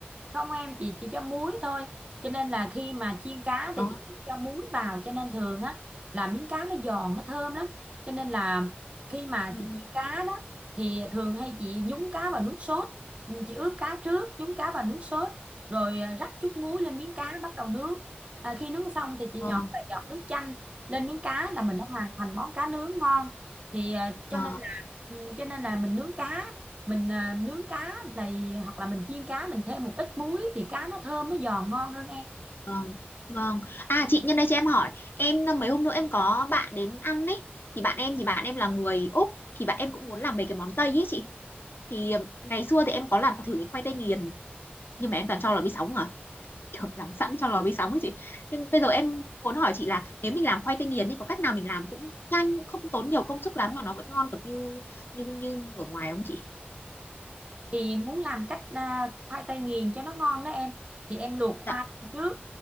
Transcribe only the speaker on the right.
không em chị chỉ cho muối thôi cho nên là khi mà chiên cá
thì chị cũng cho muối vào cho nên thường á là miếng cá nó giòn nó thơm lắm cho nên là khi mà
chị chiên cá đó thì thường hay chị nhúng cá vào nước sốt Ừ, chị ướp cá trước nhúng cá vào nước sốt rồi à, rắc chút muối lên miếng cá bắt đầu nướng à, khi nướng xong thì chị
nhỏ vài giọt nước chanh lên miếng cá là mình đã hoàn thành món cá nướng ngon thì à, cho
nên là ừ, cho nên là mình nướng cá mình à, nướng cá là hoặc là mình chiên cá mình thêm một ít muối thì cá nó thơm nó giòn ngon hơn em
thì muốn làm cách à, khoai tây nghiền cho nó ngon đó em thì em luộc khoai
trước